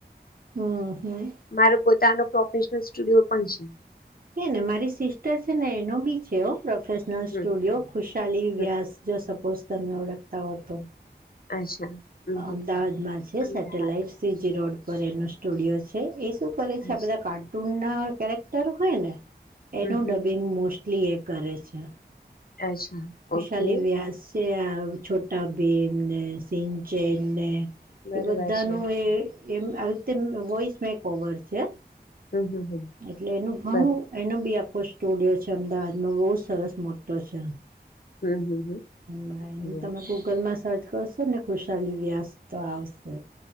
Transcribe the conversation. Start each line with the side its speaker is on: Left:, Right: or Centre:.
Right: હમ્મ હમ્મ.
Left: મારુ પોતાનો પ્રોફેશનલ સ્ટુડિયો પણ છે.
Right: હે ને મારી સિસ્ટર છે ને એનો બી છે હો પ્રોફેશનલ
Left: હમ
Right: સ્ટુડિયો. ખુશહાલી
Left: હમ
Right: વ્યાસ જો સપોઝ તમે ઓળખતા હો તો.
Left: અચ્છા. હમ
Right: અમદાવાદમાં
Left: હમ
Right: છે
Left: અમદાવાદમાં
Right: સેટેલાઈટ સીજી રોડ પર એનો સ્ટુડિયો છે એ શું કરે છે
Left: અચ્છા
Right: આ બધા કાર્ટૂન ના કેરેક્ટર હોય ને એનું
Left: હમ હમ
Right: ડબિંગ મોસ્ટ લિ એ કરે છે.
Left: અચ્છા.
Right: ખુશલી
Left: ઓકે
Right: વ્યાસ આ છોટા ભીમ સિંઘ ચેને
Left: હમ હમ બરોબર
Right: એ બધાનું
Left: છે
Right: એ એમ આવી રીતે વોઈસ મેક ઓવર છે
Left: હમ હમ હમ
Right: એટલે એનું ઘણું
Left: બરાબર
Right: એનો બી આખો સ્ટુડિયો છે અમદાવાદમાં બહુ સરસ મોટો છે.
Left: હમ હમ હમ
Right: ભાઈ
Left: અરે વાહ.
Right: તમે ગૂગલમાં સર્ચ સર્ચ કરશો ને ખુશાલી વ્યાસ તો આવશે